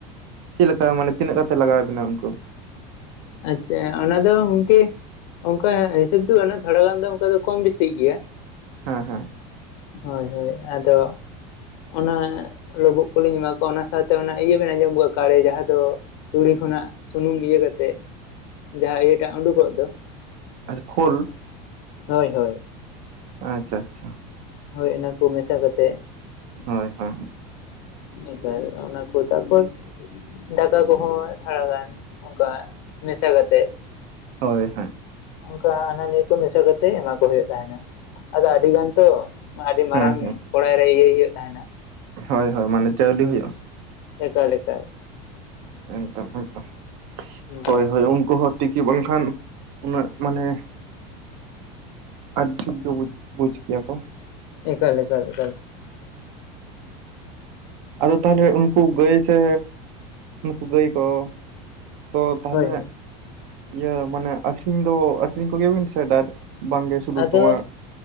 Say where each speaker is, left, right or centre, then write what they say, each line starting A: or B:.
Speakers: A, on the right (about 65°); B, on the left (about 70°).
A: ᱪᱮᱫ ᱞᱮᱠᱟ ᱢᱟᱱᱮ ᱛᱤᱱᱟᱹᱜ ᱠᱟᱛᱮ ᱞᱟᱜᱟᱣ ᱟᱵᱤᱱᱟ ᱩᱱᱠᱩ
B: ᱟᱪᱷᱟ ᱚᱱᱟ ᱫᱚ ᱜᱚᱝᱠᱮ ᱚᱱᱠᱟ ᱦᱤᱥᱟᱹᱵ ᱫᱚ ᱜᱷᱟᱱᱮ ᱛᱷᱚᱲᱟ ᱜᱟᱱ ᱫᱚ ᱚᱱᱠᱟ ᱫᱚ ᱠᱚᱢ ᱵᱤᱥᱤᱜ ᱜᱮᱭᱟ
A: ᱦᱮᱸᱻᱦᱮᱸ
B: ᱦᱚᱭ-ᱦᱚᱭ ᱟᱫᱚ ᱚᱱᱟ ᱞᱩᱵᱩᱜ ᱠᱚᱞᱤᱧ ᱮᱢᱟ ᱠᱚᱣᱟ ᱚᱱᱟ ᱥᱟᱶᱛᱮ ᱚᱱᱟ ᱤᱭᱟᱹ ᱵᱮᱱ ᱟᱸᱡᱚᱢ ᱠᱟᱜ ᱜᱮᱭᱟ ᱠᱟᱲᱮ ᱡᱟᱦᱟᱸ ᱫᱚ ᱛᱩᱲᱤ ᱠᱷᱚᱱᱟᱜ ᱥᱩᱱᱩᱢ ᱤᱭᱟᱹ ᱠᱟᱛᱮᱜ ᱡᱟᱦᱟᱸ ᱤᱭᱟᱹᱴᱟᱜ ᱩᱰᱩᱠᱚᱜ ᱫᱚ
A: ᱟᱪᱷᱟ ᱠᱷᱩᱞ
B: ᱦᱚᱭ-ᱦᱚᱭ
A: ᱟᱪᱷᱟ-ᱟᱪᱷᱟ
B: ᱦᱚᱭ ᱚᱱᱟ ᱠᱚ ᱢᱮᱥᱟ ᱠᱟᱛᱮᱜ
A: ᱦᱚᱭ-ᱦᱚᱭ
B: ᱤᱠᱷᱟ. ᱱ ᱚᱱᱟ ᱠᱚ ᱛᱟᱨᱯᱚᱨ ᱫᱟᱠᱟ ᱠᱚᱦᱚᱸ ᱛᱷᱚᱲᱟᱜᱟᱱ ᱚᱱᱠᱟ ᱢᱮᱥᱟ ᱠᱟᱛᱮᱜ ᱾
A: ᱦᱚᱭ ᱦᱮᱸ
B: ᱚᱱᱠᱟ ᱦᱟᱱᱟ ᱱᱤᱭᱟᱹ ᱠᱚ ᱢᱮᱥᱟ ᱠᱟᱛᱮᱜ ᱮᱢᱟ ᱠᱚ ᱦᱩᱭᱩᱜ ᱛᱟᱦᱮᱱᱟ ᱾ ᱟᱫᱚ ᱟᱹᱰᱤ ᱜᱟᱱ ᱛᱚ ᱟᱹᱰᱤ ᱢᱟᱨᱟᱝ
A: ᱦᱩᱸ
B: ᱠᱚᱲᱟᱭ ᱨᱮ ᱤᱭᱟᱹᱭ ᱦᱩᱭᱩᱜ ᱛᱟᱦᱮᱱᱟ ᱾
A: ᱦᱚᱭ-ᱦᱚᱭ ᱢᱟᱱᱮ ᱪᱟᱣᱞᱤ ᱦᱩᱭᱩᱜᱼᱟ ᱾
B: ᱮᱠᱟᱞ-ᱮᱠᱟᱞ
A: ᱮᱠᱫᱚᱢ-ᱮᱠᱫᱚᱢ
B: ᱦᱳᱭ
A: ᱦᱚᱭ-ᱦᱚᱭ ᱩᱱᱠᱩ ᱦᱚᱸ ᱛᱤᱠᱤ ᱵᱟᱝᱠᱷᱟᱱ ᱩᱱᱟᱹᱜ ᱢᱟᱱᱮ ᱟᱹᱰᱤᱷᱤᱠ ᱜᱮ ᱵᱩᱡᱽ, ᱵᱩᱡᱽ ᱜᱮᱭᱟ ᱠᱚ
B: ᱮᱠᱟᱞ-ᱮᱠᱟᱞ, ᱮᱠᱟᱞ
A: ᱟᱫᱚ ᱛᱟᱦᱚᱞᱮ ᱩᱱᱠᱩ ᱜᱟᱹᱭ ᱥᱮ ᱩᱱᱠᱩ ᱜᱟᱹᱭ ᱠᱚ ᱛᱚ ᱛᱟᱦᱚᱞᱮ
B: ᱦᱳᱭ ᱦᱳᱭ
A: ᱤᱭᱟᱹ ᱢᱟᱱᱮ ᱟᱠᱷᱨᱤᱧ ᱫᱚ ᱟᱠᱷᱨᱤᱧ ᱠᱚᱜᱮᱭᱟᱵᱤᱱ ᱥᱮ ᱰᱟᱨ ᱵᱟᱝᱜᱮ ᱥᱩᱫᱷᱩ
B: ᱟᱫᱚ
A: ᱛᱚᱣᱟ᱾